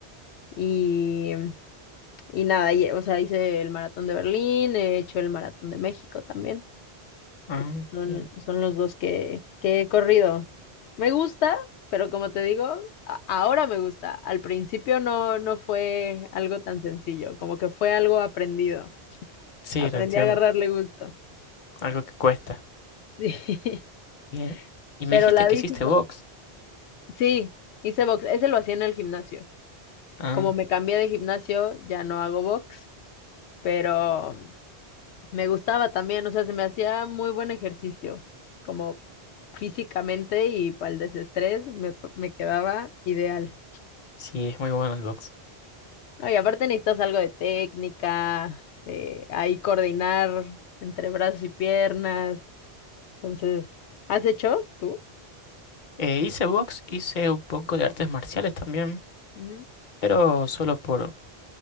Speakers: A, on the left; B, on the left.
A: y, y nada, y- o sea, hice el maratón de Berlín, he hecho el maratón de México también.
B: Ah,
A: Esos son,
B: bien.
A: son los dos que, que he corrido. Me gusta, pero como te digo, a- ahora me gusta. Al principio no, no fue algo tan sencillo, como que fue algo aprendido.
B: Sí,
A: Aprendí
B: lo entiendo.
A: a agarrarle gusto.
B: Algo que cuesta.
A: Sí.
B: Bien.
A: <laughs>
B: Y me
A: Pero
B: dijiste
A: la
B: que
A: bici,
B: hiciste
A: pues,
B: box.
A: sí, hice box. Ese lo hacía en el gimnasio.
B: Ah,
A: Como me cambié de gimnasio, ya no hago box, pero Me gustaba también, o sea, se me hacía muy buen ejercicio, como físicamente y para el desestrés me, me quedaba ideal.
B: sí, es muy bueno el box.
A: No, y aparte necesitas algo de técnica, eh, ahí coordinar entre brazos y piernas. Entonces, ¿has hecho tú?
B: Eh, hice box, hice un poco de artes marciales también,
A: Mm.
B: pero solo por,